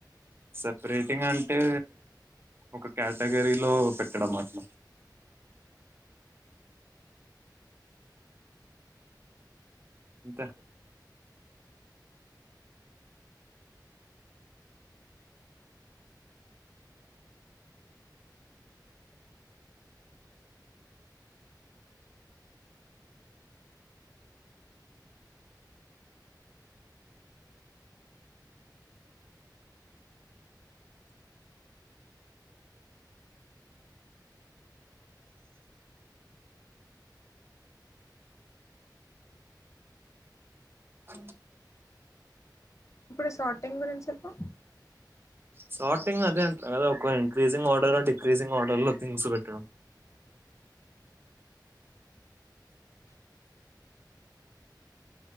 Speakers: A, on the right (about 30°); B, on the left (about 40°).
A: separating అంటే ఒక కేటగిరీలో పెట్టడం అట్లా ఇంతె అ
B: ఇప్పుడు షార్టింగ్ గురించి చెప్పు
A: షార్టింగ్ అదే అద ఒ ఇంక్రీజంగ్ ఆర్డర్ లో డిక్రీజసింగ్ ఆర్డర్ లో థింగ్స్ పెట్టడం